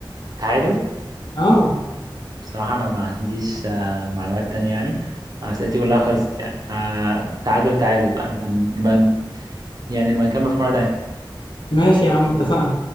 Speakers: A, on the right (about 50°); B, on the left (about 65°).
A: تعادل
B: اه
A: بصراحة انا ما <laughs> عنديش آه معلومات تانية يعني اسئلتي كلها خلصت يعني فتعادل تعادل بقى نبقى نبقى يعني نبقى نكمل في مرة تانية
B: ماشي يا عم اتفقنا